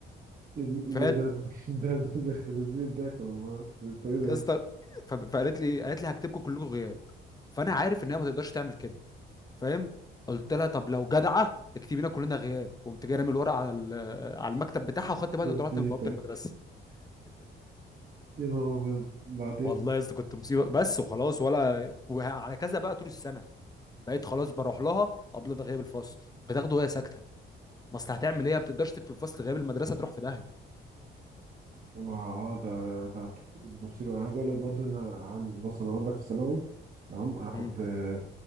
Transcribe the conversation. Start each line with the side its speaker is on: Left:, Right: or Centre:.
Right: يا دين-
Left: فقالت
Right: ده ده ده ده ده خرب بيت ضحك والله انت ايه ده
Left: يا اسطى ف- فقالت لي قالت لي هكتبكم كلكم غياب فانا عارف ان هي ما تقدرش تعمل كده فاهم قلت لها طب لو جدعه اكتبي لنا كلنا غياب قمت جاي رامي الورقه على ال- على المكتب بتاعها وخدت بعض
Right: يخرب
Left: وطلعت
Right: بيتك
Left: من بوابه المدرسه
Right: يا نهار ابيض بعدين
Left: والله يا اسطى كنت مصيبه بس وخلاص ولا وعلى كذا بقى طول السنه بقيت خلاص بروح لها قبل ده غياب الفصل بتاخده وهي ساكته ما اصل هتعمل ايه ما بتقدرش تكتب الفصل غياب المدرسه تروح في داهيه
Right: ما اه ده ده ده ده مصيبة عايز اقول لك برضو ان عن بص انا اقول لك في ثانوي تمام انا كنت
Left: امم
Right: آه،